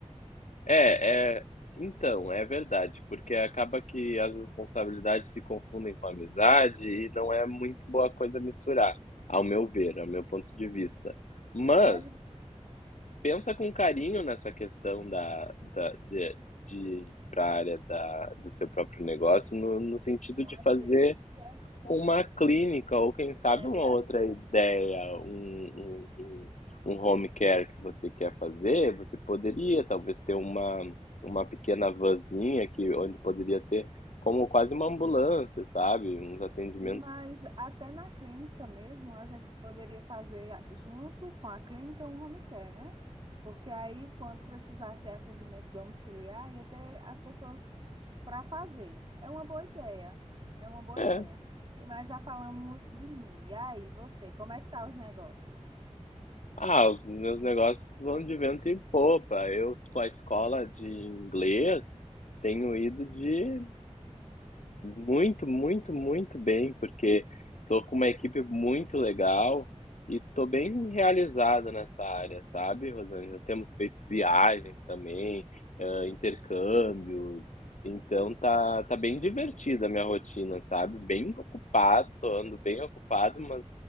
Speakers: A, on the left; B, on the right.
A: É, é, então, é verdade, porque acaba que as responsabilidades se confundem com a amizade e não é muito boa coisa misturar, ao meu ver, ao meu ponto de vista. Mas
B: Mas
A: pensa com carinho nessa questão da, da, de, de ir para a área da, do seu próprio negócio, no, no sentido
B: uma
A: de fazer
B: clínica
A: Uma clínica, ou quem sabe
B: geriátrica.
A: uma outra ideia, um, um, um, um home care que você quer fazer, você poderia talvez ter uma, uma pequena vanzinha que, onde poderia ter como quase uma ambulância, sabe? Uns atendimentos.
B: Mas até na clínica mesmo, a gente poderia fazer a- junto com a clínica um home care, né? Porque aí, quando precisasse de atendimento domiciliar, ia ter as pessoas para fazer. É uma boa ideia. É uma boa
A: É.
B: ideia. E- Mas já falamos muito de mim. E aí, você, como é que tá os negócios?
A: Ah, os meus negócios vão de vento em popa. Eu, com a escola de inglês, tenho ido de Muito, muito, muito bem, porque tô com uma equipe muito legal e tô bem realizado nessa área, sabe, Rosângela? Temos feito viagens também, ah, intercâmbios, então
B: E-
A: tá, tá bem divertida
B: Sim.
A: a minha rotina, sabe? Bem ocupado, tô andando bem ocupado, mas